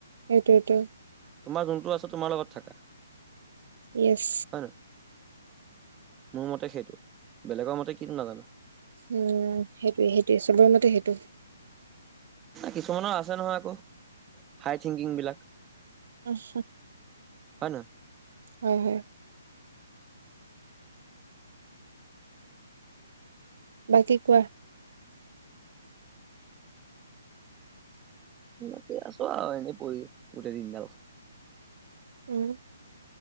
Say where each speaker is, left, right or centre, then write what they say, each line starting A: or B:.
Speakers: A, on the right; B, on the right.
A: সেইটোৱেটো
B: তোমাৰ যোনটো আছে তোমাৰ লগত থাকা।
A: ইয়েচ।
B: হয় নহয় মোৰ মতে সেইটো বেলেগৰ মতে কিন্তু নাজানো।
A: উম সেইটোয়ে সেইটোয়ে চবৰে মতে সেইটো
B: কিছুমানৰ আছে নহয় আকৌ হাই থিংকিংবিলাক
A: অচ
B: হয় ন।
A: হয় হয়। বাকী কোৱা
B: বাকী আছো আৰু এনেই পৰি গোটেই দিন দাল।
A: উম